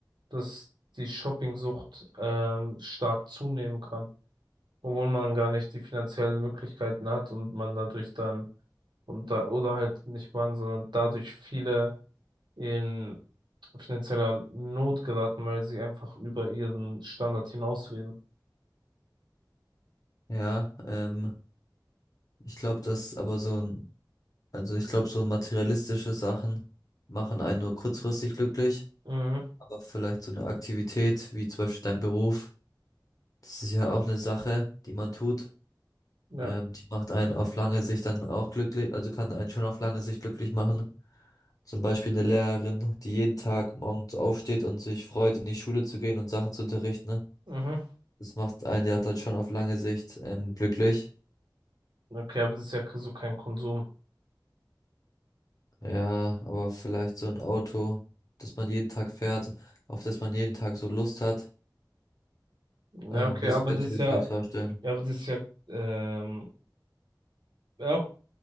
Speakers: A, on the right; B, on the left.
A: dass die Shoppingsucht ähm, stark zunehmen kann, obwohl man gar nicht die finanziellen Möglichkeiten hat und man dadurch dann und da, oder halt nicht waren, sondern dadurch viele in finanzieller Not geraten, weil sie einfach über ihren Standard hinausleben.
B: Ja, ähm, ich glaube, dass aber so ein, also ich glaube, so materialistische Sachen machen einen nur kurzfristig glücklich.
A: Mhm.
B: Aber vielleicht so eine Aktivität wie zum Beispiel dein Beruf, das ist ja auch eine Sache, die man tut.
A: Ja.
B: Ähm, die macht einen auf lange Sicht dann auch glücklich, also kann einen schon auf lange Sicht glücklich machen. Zum Beispiel eine Lehrerin, die jeden Tag morgens aufsteht und sich freut, in die Schule zu gehen und Sachen zu unterrichten. Ne?
A: Mhm.
B: Das macht einen ja dann schon auf lange Sicht ähm, glücklich.
A: Okay, aber das ist ja so kein Konsum.
B: Ja, aber vielleicht so ein Auto, das man jeden Tag fährt, auf das man jeden Tag so Lust hat.
A: Ja,
B: Ähm,
A: okay,
B: das
A: aber
B: könnte
A: das
B: ich
A: ist
B: mir
A: ja,
B: vielleicht vorstellen.
A: ja, aber das ist ja, ähm, ja,